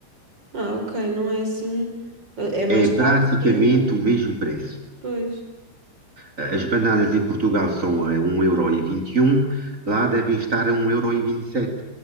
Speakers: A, on the right; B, on the right.
A: Ah, ok, não é assim. É é mais
B: É praticamente
A: caro, sim, mas
B: o mesmo preço.
A: Pois,
B: As bananas em Portugal são a um euro e vinte e um, lá devem estar a um 1,27€.